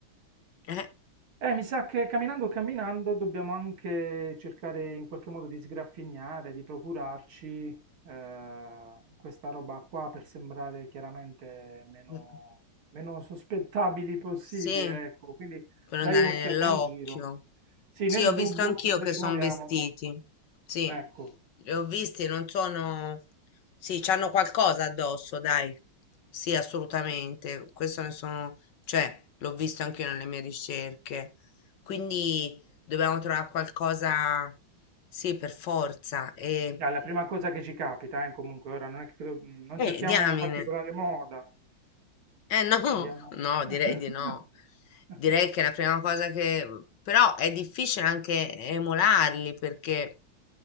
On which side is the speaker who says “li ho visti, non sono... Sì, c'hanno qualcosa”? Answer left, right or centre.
Left